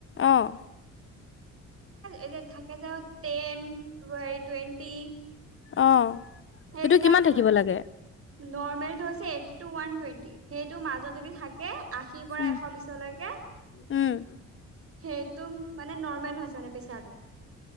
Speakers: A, on the left (about 40°); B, on the right (about 50°).
A: অ'।
B: এত থাকে যে টেন ত ৱাৰি টুৱেণ্টি
A: অ,
B: সেইবিলাক
A: সেইটো কিমান
B: ধৰে
A: থাকিব লাগে?
B: নৰ্মেলটো হৈছে এইট্টি টু ওৱান টুৱেন্টি সেইটো মাজত যদি থাকে আশীৰ পৰা
A: উম
B: এশ বিছলৈকে
A: উম
B: সেইটো মানে নৰ্মেল হৈছে মানে পেচাৰটো